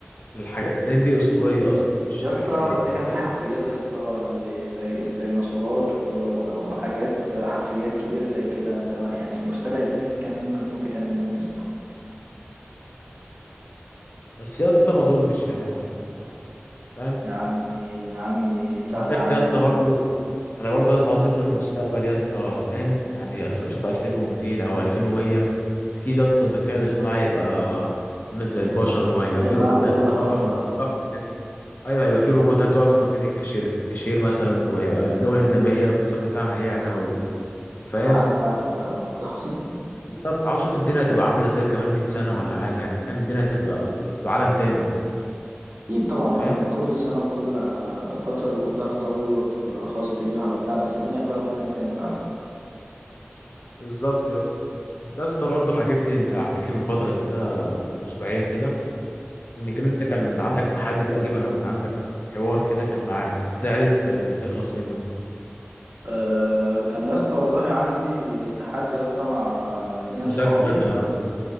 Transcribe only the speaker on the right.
يا اسطى
بس كان في حفريات يا اسطى لدي... لديناصورات و... و... وحاجات حفريات كبيره زي كده انت يعني مستبعد ليه ان كان ممكن يكون في تنانين يا اسطى
يا عمي يا عمي سهله
يا عم
هيبقى
هيبقى
عنده اراده حره
طبعا
معاك حق فعلا <laughs>
أكيد طبعا يا
عم كل سنة وكل فترة بيكون لها تطور خاص بيها وبتاع بس الدنيا هتبقى في مكان تاني فعلا
أه كان يا اسطى والله عندي تحدي يا اسطى مع اتنين
صحابي